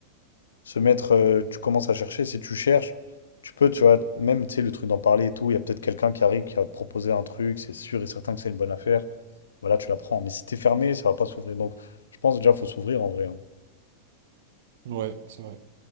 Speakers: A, on the left (about 70°); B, on the right (about 55°).
A: se mettre, euh, tu commences à chercher, si tu cherches, tu peux, tu vois, même, tu sais, le truc d'en parler et tout, il y a peut-être quelqu'un qui arrive, qui va te proposer un truc, c'est sûr et certain que c'est une bonne affaire, voilà, tu la prends. Mais si t'es fermé, ça va pas s'ouvrir. Donc, je pense déjà, faut s'ouvrir en vrai. hein.
B: Ouais, c'est vrai.